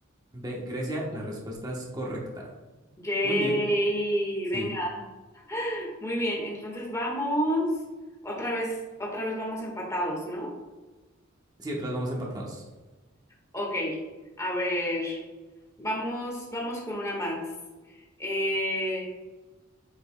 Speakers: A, on the right (about 20°); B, on the left (about 15°).
A: B, Grecia, la respuesta es correcta.
B: Yay,
A: Muy bien. Sí.
B: venga. Muy bien, entonces vamos, otra vez, otra vez vamos empatados, ¿no?
A: Sí, otras vamos empatados.
B: Ok, a ver, vamos, vamos con una más. Eh,